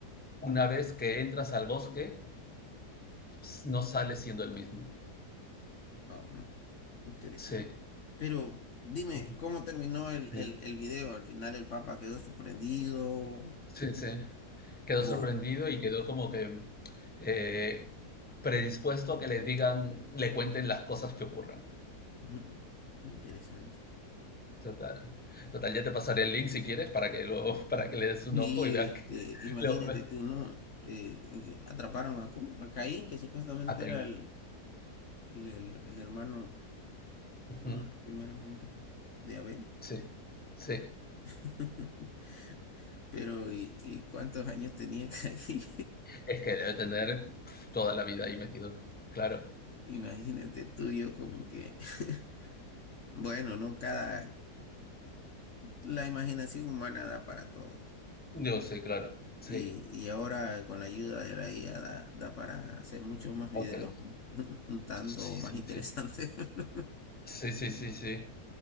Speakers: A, in the centre; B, on the left.
A: una vez que entras al bosque, s- no sales siendo el mismo.
B: Wow, ¿no? Interesante.
A: Sí.
B: Pero dime,
A: Ujú.
B: ¿cómo terminó el,
A: Sí,
B: el, el video? ¿Al final el Papa quedó sorprendido?
A: sí, sí. Quedó
B: Oh,
A: sorprendido y quedó como que eh, predispuesto a que le digan, le cuenten las cosas que ocurran.
B: ujú, interesante.
A: Total. Total, ya te pasaré el link si quieres para que luego, <laughs> para que le des un
B: Y
A: ojo y veas
B: este,
A: que
B: imagínate
A: <laughs> lo, ve-
B: tú, ¿no? Eh, en que atraparon a, ¿cómo? a Caín, que supuestamente
A: a Kane.
B: era el, el, el- el hermano,
A: Ujú.
B: uno de los primeros hombres de Abel.
A: Sí, sí.
B: <laughs> Pero, ¿y, y cuántos años tenía Caín?
A: Es que debe tener pf, toda la vida ahí metido. Claro.
B: <laughs> Imagínate tú y yo como que, <laughs> bueno, ¿no? Cada, la imaginación humana da para todo.
A: Yo sí, claro. Sí.
B: Y, y ahora con la ayuda de la IA da, da para hacer muchos más videos,
A: Hombre,
B: <laughs> un tanto
A: sí,
B: más
A: sí,
B: interesantes.
A: sí.
B: <laughs>
A: Sí, sí, sí, sí.